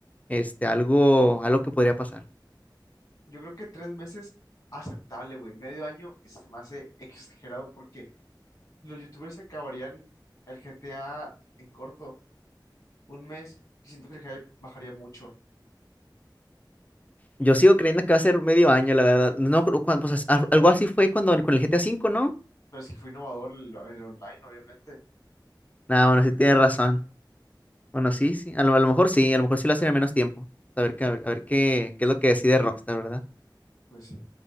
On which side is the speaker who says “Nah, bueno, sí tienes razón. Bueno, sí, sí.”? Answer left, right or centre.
Left